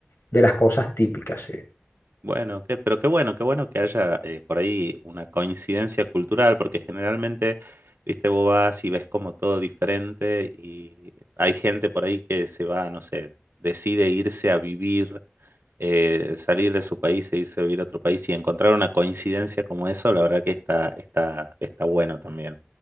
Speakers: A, on the left; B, on the right.
A: de las cosas típicas, sí.
B: Bueno, qué, pero qué bueno, qué bueno que haya eh, por ahí una coincidencia cultural, porque generalmente, viste, vos vas y ves como todo diferente y hay gente por ahí que se va, no sé, decide irse a vivir eh, salir de su país e irse a vivir a otro país y encontrar una coincidencia como eso, la verdad que está, está, está bueno también,